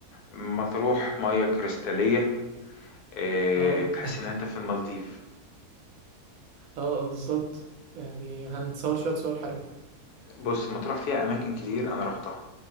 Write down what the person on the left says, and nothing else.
مطروح مياه كريستالية اه
تحس إن أنت في المالديف
بص مطروح فيها أماكن كتير أنا روحتها